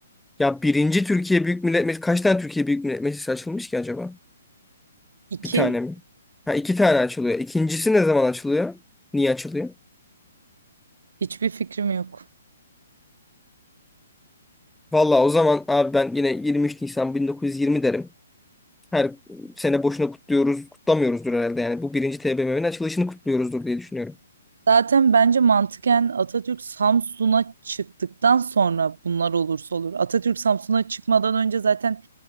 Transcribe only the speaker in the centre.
ya birinci Türkiye Büyük Millet Meclisi kaç tane Türkiye Büyük Millet Meclisi açılmış ki acaba?
Bir tane mi? Ha iki tane açılıyor. İkincisi ne zaman açılıyor? Niye açılıyor?
Vallahi o zaman abi ben yine 23 Nisan 1920 derim. her sene boşuna kutluyoruz, kutlamıyoruzdur herhalde. Yani bu birinci TBMM'nin açılışını kutluyoruzdur diye düşünüyorum.